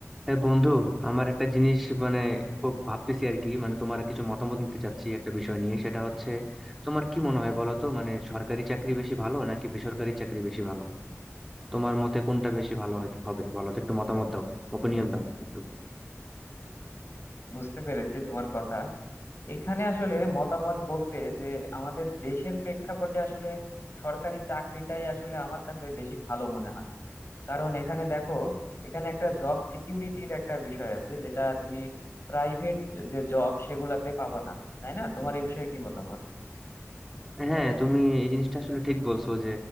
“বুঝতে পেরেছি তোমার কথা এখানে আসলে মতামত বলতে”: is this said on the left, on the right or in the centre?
Left